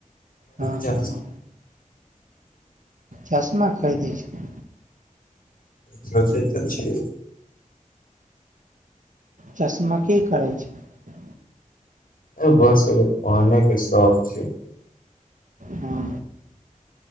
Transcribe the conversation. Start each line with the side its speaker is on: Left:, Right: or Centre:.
Right: हँ
Left: छै
Right: चश्मा खरीदै छै
Left: सोचै त छियै <unintelligible>
Right: चश्मा के करै छै
Left: बस एगो पहने के शौक छै
Right: हँ